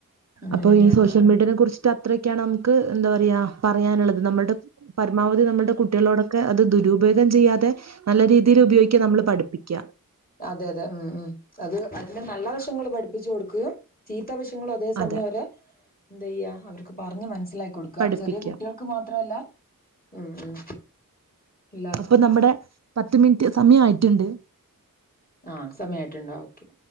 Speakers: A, on the left (about 25°); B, on the right (about 50°).
A: അങ്ങനെ
B: അപ്പൊ
A: തന്നെയാണ്
B: ഈ സോഷ്യൽ മീഡിയേനെ
A: ഇത്
B: കുറിച്ചിട്ട് അത്രൊക്കയാണ് നമുക്ക് എന്താ പറയാ പറയാനുള്ളത് നമ്മളുടെ പരമാവധി നമ്മളുടെ കുട്ടികളോടൊക്കെ അത് ദുരുപയോഗം ചെയ്യാതെ നല്ല രീതിയിൽ ഉപയോഗിക്കുക നമ്മള് പഠിപ്പിക്കുക
A: അതെ അതെ ഉം ഉം അത് അതിന്റെ നല്ല വശങ്ങൾ പഠിപ്പിച്ച്കൊടുക്കുകയും ചീത്ത വശങ്ങളും അതേ സമയം
B: അതെ
A: അവരെ എന്തയ്യ അവർക്ക് പറഞ്ഞ് മനസ്സിലാക്കി കൊടുക്കുക
B: പഠിപ്പിക്കുക
A: ചെറിയ കുട്ടികൾക്ക് അത് മാത്രംല്ല ഉം എല്ലാർക്കും
B: അപ്പൊ നമ്മുടെ പത്ത് മിനിറ്റ് സമയം ആയിട്ടുണ്ട്
A: ആ സമയമായിട്ട്ണ്ടാ ഓക്കെ